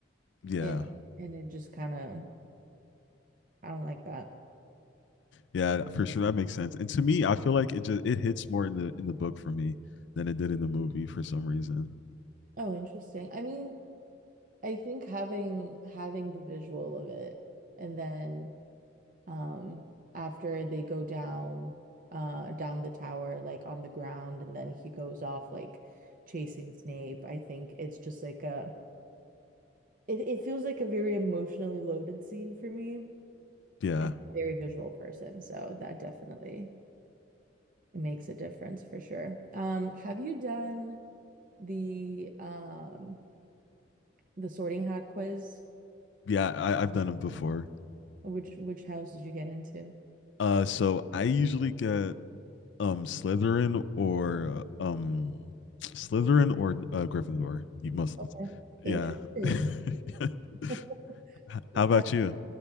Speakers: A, on the left; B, on the right.
A: Yeah.
B: and and it just kind of I don't like that.
A: Yeah, for sure. That makes sense. And to me, I feel like it just it hits more in the in the book for me than it did in the movie for some reason.
B: Oh, interesting. I mean, I think having having the visual of it and then um after they go down uh down the tower like on the ground and then he goes off like chasing Snape. I think it's just like a it, it feels like a very emotionally loaded scene for me. and
A: Yeah.
B: I'm a very visual person, so that definitely makes a difference for sure. Um, have you done the um the Sorting Hat quiz?
A: Yeah, I, I've done them before.
B: Which which house did you get into?
A: Uh, so I usually get um Slytherin or uh, um Slytherin or uh, Gryffindor. You most of
B: Okay.
A: the time.
B: Interesting.
A: Yeah.
B: <laughs>
A: <laughs> How
B: Okay.
A: about you?